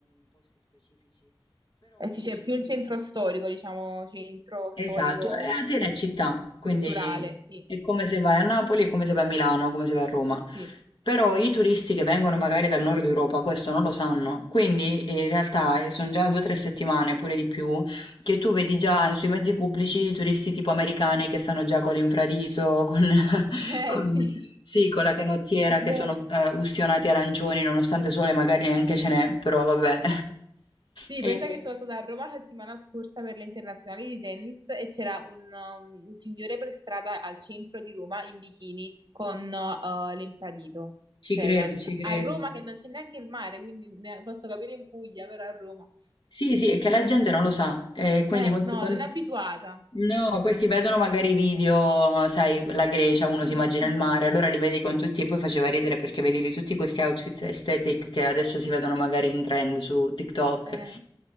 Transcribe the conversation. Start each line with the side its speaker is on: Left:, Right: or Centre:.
Right: Eh sì, c'è più un centro storico, diciamo, centro storico
Left: Esatto, e Atene è città,
Right: culturale,
Left: quindi
Right: sì.
Left: è come se vai a Napoli, è come se vai a Milano, come se vai a Roma.
Right: Eh sì. <laughs>
Left: Però i turisti che vengono magari dal nord Europa questo non lo sanno, quindi eh, in realtà sono già due o tre settimane, pure di più, che tu vedi già sui mezzi pubblici i turisti tipo americani che stanno già con l'infradito, con, <laughs>
Right: Eh
Left: con-
Right: sì.
Left: sì, con la canottiera,
Right: È vero.
Left: che sono eh, ustionati arancioni, nonostante sole magari neanche ce n'è, però vabbè.
Right: Sì,
Left: <laughs> E
Right: pensa che sono stata a Roma la settimana scorsa per le internazionali di tennis e c'era un, um, un signore per strada al centro di Roma in bikini con uh, l'infradito.
Left: ci
Right: Cioè,
Left: credo,
Right: ma-
Left: ci credo.
Right: a Roma che non c'è neanche il mare, quindi ne- posso capire in Puglia, però a Roma.
Left: Sì, sì, è che la gente non lo sa, e quindi
Right: Eh,
Left: questi,
Right: no,
Left: quan-
Right: non è abituata.
Left: no, questi vedono magari i video, sai, la Grecia, uno
Right: Sì.
Left: si immagina
Right: <laughs>
Left: il mare, allora li vedi con tutti, e poi faceva ridere perché vedevi tutti questi outfit aesthetic che adesso si vedono magari in trend su TikTok
Right: Eh,